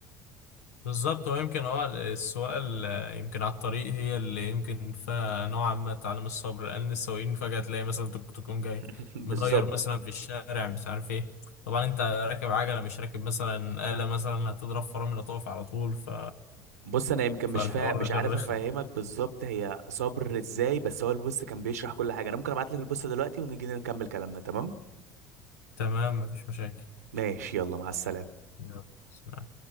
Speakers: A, on the left; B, on the right.
A: بالظبط هو يمكن اه السواقة ال- يمكن على الطريق هي اللي يمكن فيها نوعا ما تعليم الصبر لأن السواقين فجأة تلاقي مثلا توك توك يقوم جاي
B: <laughs> بالظبط
A: مدير مثلا في الشارع مش عارف ايه طبعا انت راكب عجلة مش راكب مثلا آلة مثلا هتضرب فرامل طوف على طول ف...
B: بص انا يمكن
A: فالحوار
B: مش فا... مش
A: ده
B: عارف
A: كان رخم
B: افهمك بالظبط هي صبر ازاي بس هو البوست كان بيشرح كل حاجه انا ممكن ابعت لك البوست دلوقتي ونيجي نكمل كلامنا تمام
A: تمام مفيش مشاكل
B: ماشي يلا مع السلامه
A: يلا.